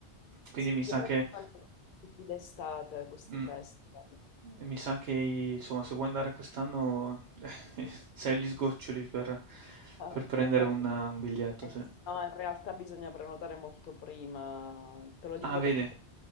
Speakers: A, on the right; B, on the left.
A: quindi
B: Sì,
A: mi
B: più
A: sa
B: o meno
A: che,
B: fanno tutti d'estate questi
A: mm,
B: festival.
A: mi sa che insomma, se vuoi andare quest'anno <laughs> eh, sei agli sgoccioli per,
B: Ah,
A: per prendere
B: e poi-
A: un, un biglietto,
B: eh,
A: sì.
B: no, in realtà bisogna prenotare molto prima. Te lo dico
A: Ah, vedi,
B: perché